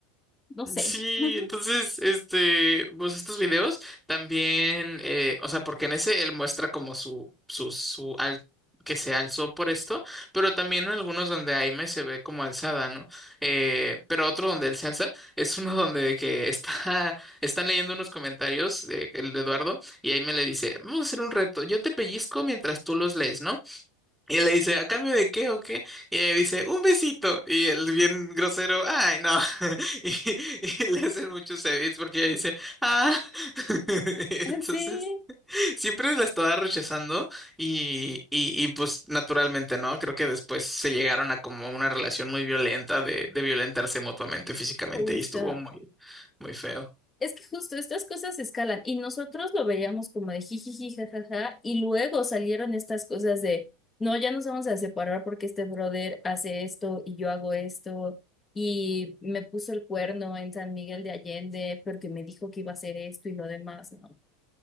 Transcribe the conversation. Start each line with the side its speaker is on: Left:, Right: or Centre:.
Left: no sé.
Centre: Sí,
Left: <laughs>
Centre: entonces, este, pues estos videos también, eh, o sea, porque en ese él muestra como su, su, su, al, que se alzó por esto, pero también en algunos donde Aime se ve como alzada, ¿no? Eh, pero otro donde él se alza es uno <laughs> donde de que está, están leyendo unos comentarios de, el de Eduardo y Aime le dice, vamos a hacer un reto, yo te pellizco mientras tú los lees, ¿no? Y él le dice, ¿a cambio de qué o qué? Y ella dice, un besito. Y él bien grosero, ay, no. <laughs> Y, y le hacen muchos edits porque ella dice, ah. <laughs> Entonces,
Left: Sí,
Centre: siempre la estaba rechazando y, y, y pues naturalmente, ¿no? Creo que después se llegaron a como una relación muy violenta de, de violentarse mutuamente físicamente
Left: justo.
Centre: y estuvo muy, muy feo.
Left: Es que justo estas cosas escalan y nosotros lo veíamos como de jijiji, jajaja, y luego salieron estas cosas de, no, ya nos vamos a separar porque este brother hace esto y yo hago esto y me puso el cuerno en San Miguel de Allende porque me dijo que iba a hacer esto y lo demás, ¿no?